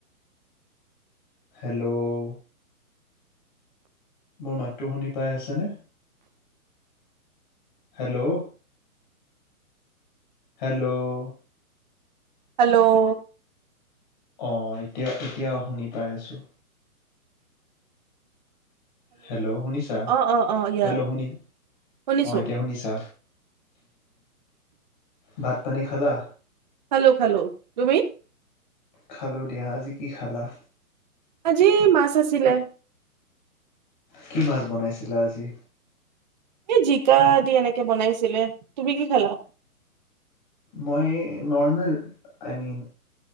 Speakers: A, on the left (about 30°); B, on the right (about 30°).
A: হেল্ল' ও মোৰ মাততো শুনি পাই আছেনে হেল্ল' হেল্ল'
B: হেল্ল' ও
A: অঁ এতিয়া এতিয়া শুনি পাই আছো হেল্ল' শুনিছা
B: অ অ অ ইয়া
A: হেল্ল' শুনি
B: শুনিছো
A: অঁ এতিয়া শুনিছা ভাত পানী খালা
B: হেল্ল' খালো খালো, তুমি?
A: খালোঁ দিয়া আজি কি খালা?
B: আজি মাছ আছিলে।
A: কি মাছ বনাইছিলে আজি?
B: এই জিকা দি এনেকে বনাইছিলে তুমি কি খালা।
A: মই নৰ্মৰ্মেল আই মিন